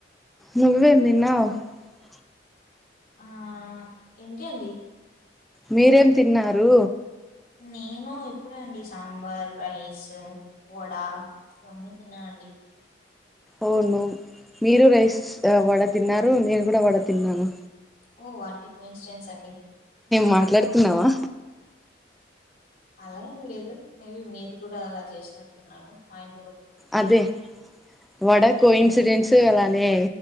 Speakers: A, in the centre; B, on the left.
A: నువ్వ ఎందిన్నా <unintelligible>
B: ఆ ఏంటి అండి
A: మీరేం తిన్నారు
B: నేను ఎప్పుడండి సాంబార్ రైస్ వడా చోన్న <unintelligible> తిన్న అండి
A: అవును మీరు రైస్ వడ తిన్నారు నేను కూడా వడ తిన్నాను
B: ఓ వాట్ఏ కో ఇన్స్డెన్స్ అండి
A: మాట్లాడుతున్నావా
B: అలా ఏం లేదు మేబీ మీరు కూడా అలా చేసినట్టున్నారు మా ఇ
A: అదే వడ కో ఇన్సిడెంట్స్ అలానే